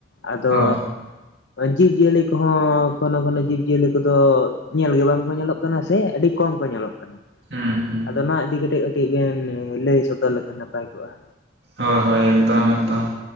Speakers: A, on the left; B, on the right.
A: ᱟᱫᱚ,
B: ᱦᱳᱭ
A: ᱡᱤᱵᱽᱡᱤᱭᱟᱹᱞᱤ ᱠᱚ ᱦᱚᱸ ᱠᱚᱱᱳ ᱠᱳᱱᱳ ᱡᱤᱵᱽᱡᱤᱭᱟᱹᱞᱤ ᱠᱚᱫᱚ ᱧᱮᱞ ᱜᱮ ᱵᱟᱝ ᱠᱚ ᱧᱮᱞᱚᱜ ᱠᱟᱱᱟ᱾ ᱠᱟᱱᱟ ᱥᱮ ᱟᱹᱰᱤ ᱠᱚᱢ ᱠᱚ ᱧᱮᱞᱚᱜ ᱠᱟᱱᱟ,
B: ᱦᱩᱸ ᱦᱩᱸ
A: ᱟᱫᱚ ᱚᱱᱟ ᱤᱫᱤ ᱠᱟᱹᱴᱤᱡ ᱵᱮᱱ ᱞᱟᱹᱭ ᱥᱚᱫᱚᱨ ᱞᱮᱠᱷᱟᱱ ᱱᱟᱯᱟᱭ ᱠᱚᱜᱼᱟ᱾
B: ᱦᱳᱭ ᱦᱳᱭ ᱮᱠᱫᱚᱢ ᱮᱠᱫᱚᱢ